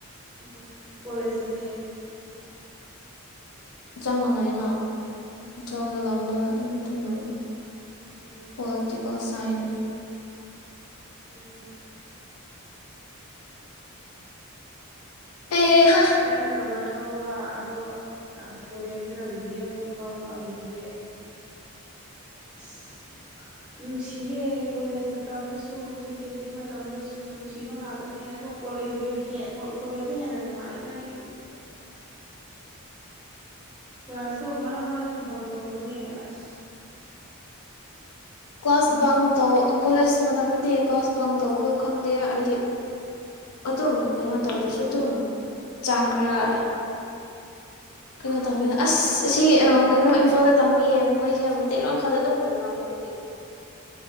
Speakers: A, in the centre; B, on the left (about 85°).
A: ꯎꯝ ꯀꯣꯂꯦꯖꯇꯗꯤ
B: ꯆꯞ ꯃꯥꯟꯅꯩꯅ ꯇꯨꯌꯦꯜꯕꯇ ꯂꯧꯕꯗꯣ ꯑꯗꯨ ꯑꯗꯨꯝ ꯂꯧꯅꯤ
A: ꯎꯝ
B: ꯄꯣꯂꯤꯇꯤꯀꯦꯜ ꯁꯏꯟ ꯁꯥꯏꯟꯁ
A: ꯎꯝ
B: ꯑꯦꯍꯥ
A: ꯑꯩꯅ ꯀꯃꯔꯁ ꯂꯧꯕ ꯑꯗꯣ ꯀꯣꯂꯦꯖꯅ ꯕꯤꯕꯤ ꯑꯃꯨꯛ ꯂꯧꯕ ꯕꯤꯕꯤ ꯑꯦ ꯑꯁ ꯅꯨꯡꯁꯤꯌꯦꯦ ꯀꯣꯂꯦꯖ ꯃꯇꯝꯗꯁꯨ ꯁꯦꯀꯦꯟꯗ꯭ꯔꯤ ꯃꯇꯝꯗꯁꯨ ꯅꯨꯡꯁꯤꯕ ꯉꯥꯛꯇꯅꯦ ꯑꯗꯣ ꯀꯣꯂꯦꯖ ꯀꯣꯂꯦꯖꯁꯦ ꯍꯦꯟꯅ ꯅꯨꯡꯉꯥꯏꯗꯥꯒꯤꯗꯤ ꯀ꯭ꯂꯥꯁꯇꯣ ꯃꯔꯛ ꯃꯔꯛꯇꯗꯤ ꯕꯪ ꯇꯧꯕꯅꯦ ꯑꯁ
B: ꯀ꯭ꯂꯥꯁ ꯕꯪ ꯇꯧ ꯀꯣꯂꯦꯖ ꯃꯇꯝꯗꯗꯤ ꯀ꯭ꯂꯥꯁ ꯕꯪ ꯇꯧꯕꯗꯣ ꯈꯪꯗꯦ ꯑꯩꯗꯤ ꯑꯗꯨꯝ ꯀꯩꯅꯣ ꯇꯧꯗ꯭ꯔꯁꯨ ꯑꯗꯨꯝ ꯆꯥꯡꯅꯒ ꯀꯩꯅꯣ ꯇꯧꯅꯤꯅ ꯑꯁ ꯑꯁꯤ ꯀꯩꯅꯣ ꯏꯝꯐꯥꯜꯗ ꯇꯝꯕꯤꯌꯦ ꯃꯣꯏꯁꯦ ꯃꯩꯇꯩꯈꯥꯗ ꯑꯗꯨꯝ ꯉꯥꯒꯅꯤ